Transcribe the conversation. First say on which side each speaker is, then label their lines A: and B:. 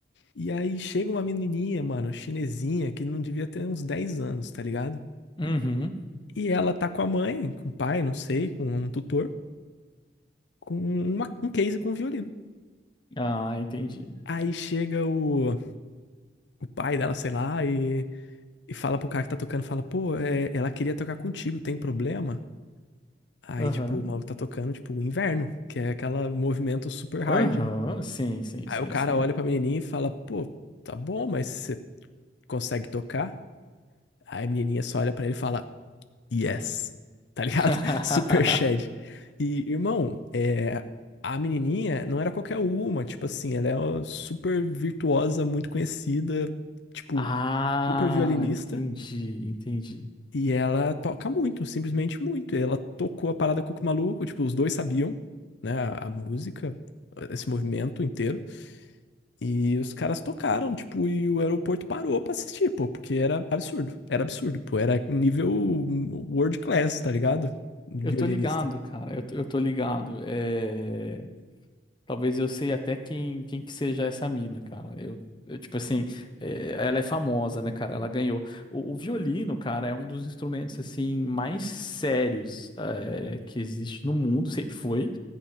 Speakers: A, on the left; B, on the left.
A: E aí chega uma menininha, mano, chinesinha, que não devia ter uns 10 anos, tá ligado?
B: Uhum.
A: E ela tá com a mãe, com o pai, não sei, com um tutor, com uma- um case com um violino.
B: Ah, entendi.
A: Aí chega o, o pai dela, sei lá, e, e fala pro cara que tá tocando, fala, pô, é, ela queria tocar contigo, tem problema? Aí,
B: Aham.
A: tipo, o maluco tá tocando, tipo, o inverno, que é aquele movimento super hard.
B: Aham. Sim, sim,
A: Aí
B: sim,
A: o cara
B: sim.
A: olha pra menininha e fala, pô, tá bom, mas você consegue tocar? Aí a menininha só olha pra ele e fala, Yes. Tá ligado?
B: <laughs>
A: <laughs> Super Shed. E, irmão, é, a menininha não era qualquer uma, tipo assim, ela é uma super virtuosa, muito conhecida, tipo,
B: Ah,
A: super violinista,
B: entendi, entendi.
A: e ela toca muito, simplesmente muito. E ela tocou a parada Cuco Maluco, tipo, os dois sabiam, né, a, a música, esse movimento inteiro. E os caras tocaram, tipo, e o aeroporto parou pra assistir, pô, porque era absurdo. Era absurdo, pô. Era nível world class, tá ligado? Violinista.
B: Eu tô ligado, cara. Eu, tô- eu tô ligado. é Talvez eu sei até quem, quem que seja essa mina, cara. Eu, eu, tipo assim, é, ela é famosa, né, cara? Ela ganhou. O, o violino, cara, é um dos instrumentos, assim, mais sérios, é, que existe no mundo, sempre foi.